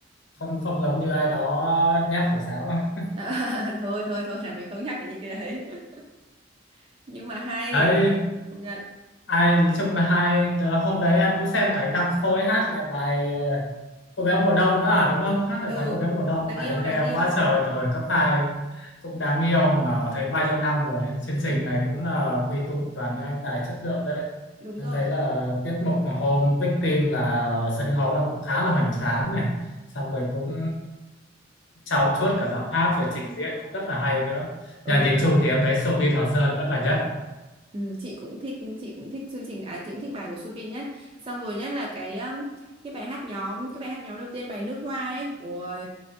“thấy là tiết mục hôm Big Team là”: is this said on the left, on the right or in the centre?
Left